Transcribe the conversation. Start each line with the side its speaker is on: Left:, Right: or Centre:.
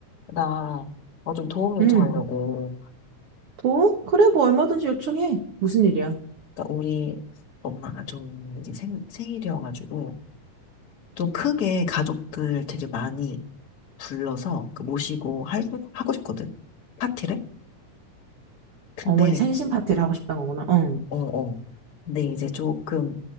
Left: 나, 어, 좀 도움 요청하려고.
Right: 응. 돈? 그래, 뭐 얼마든지 요청해. 무슨 일이야?
Left: 그러니까 우리 엄마가 좀 이제 생, 생일이어가지고, 좀 크게 가족들 되게 많이 불러서 그 모시고 할, 하고 싶거든? 파티를? 근데,
Right: 어머니 생신 파티를 하고 싶단 거구나. 응.
Left: 어, 어. 근데 이제 조금,